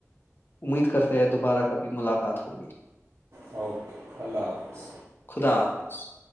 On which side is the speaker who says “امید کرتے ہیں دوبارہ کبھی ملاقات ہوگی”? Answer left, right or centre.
Left